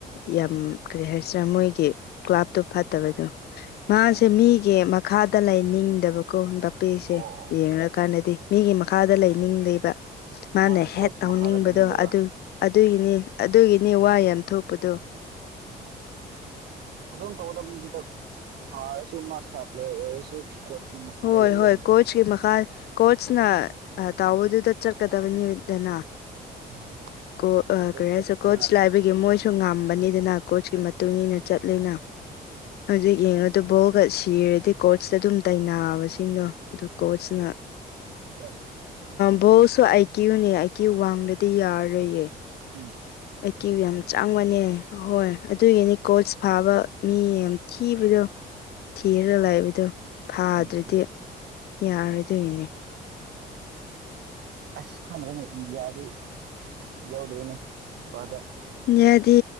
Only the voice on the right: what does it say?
ꯎꯝ
ꯑꯣ ꯑꯣ
ꯃꯥꯒꯤ
ꯀꯣꯆ
ꯃꯈꯥꯗ ꯂꯩꯅꯤꯡꯗꯕ
ꯎꯝ ꯑꯗꯨꯝ ꯇꯧꯒꯗꯕꯗ ꯐꯔꯁꯨ ꯃꯥꯁꯇꯔ ꯄ꯭ꯂꯦ ꯑꯣꯏꯔꯁꯨ ꯀꯣꯆꯀꯤ ꯃꯈꯥꯗ
ꯂꯩꯒꯗꯕꯅꯤꯗ
ꯎꯝ
ꯑꯗꯨ
ꯆꯠꯇꯅ
ꯎꯝ
ꯍꯣꯏ
ꯑꯗꯨ
ꯎꯝ ꯎꯝ
ꯑꯁ ꯈꯪ꯭ꯔꯦꯅꯦ ꯏꯟꯗꯤꯌꯥꯗꯤ ꯌꯥꯎꯗꯣꯏꯅꯦ ꯐꯥꯗꯔ